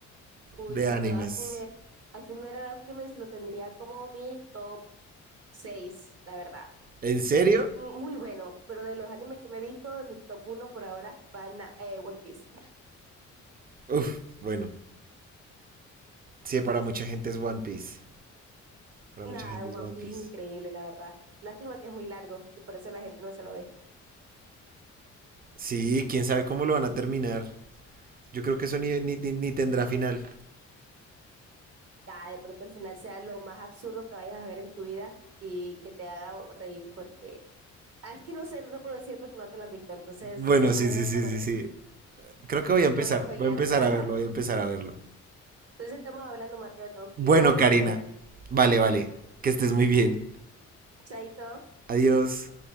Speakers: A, on the right; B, on the right.
A: Uy,
B: de animes.
A: yo a Fullme- a Fullmetal Alchemist lo tendría como mi top 6, la verdad. O
B: ¿En serio?
A: sea, es muy bueno, pero de los animes que me he visto, en mi top uno por ahora va na- eh, One Piece.
B: Uf, bueno. Sí, para mucha gente es One Piece. Para
A: Nada,
B: mucha gente
A: One
B: es One
A: Piece
B: Piece.
A: es increíble, la verdad. Lástima que es muy largo y por eso la gente no se lo ve.
B: Sí, quién sabe cómo lo van a terminar. Yo creo que eso ni, ni- ni- ni tendrá final.
A: Nada, de pronto al final sea lo más absurdo que vayas a ver en tu vida y que te haga reír porque... Ah, es que no sé, no te puedo decir porque no te lo has visto. Entonces,
B: Bueno,
A: si alguna
B: sí, sí,
A: vez
B: sí,
A: te lo ves,
B: sí, sí. Creo que voy
A: no
B: a empezar,
A: te voy a spoilear
B: voy a empezar
A: nada.
B: a verlo, voy a empezar a verlo.
A: Entonces estamos hablando, Mateo, tengo que
B: Bueno,
A: ir a desayunar.
B: Karina, vale, vale, que estés muy bien.
A: Chaito.
B: Adiós.